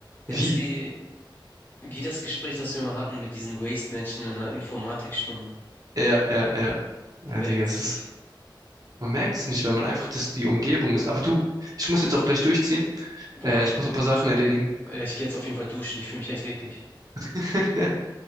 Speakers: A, on the right (about 45°); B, on the left (about 25°).
A: Wie?
B: Ja, das ist wie, wie das Gespräch, das wir mal hatten mit diesen Waste-Menschen in der Informatikstunde.
A: Ja, ja, ja. Ja,
B: Die merken
A: Digga,
B: es
A: es
B: nicht.
A: ist. Man merkt es nicht, weil man einfach das die Umgebung ist. Aber du, ich muss jetzt auch gleich durchziehen.
B: Boah,
A: Äh, ich muss ein paar Sachen erledigen.
B: ja, ich gehe jetzt auf jeden Fall duschen. Ich fühle mich echt eklig.
A: <laughs>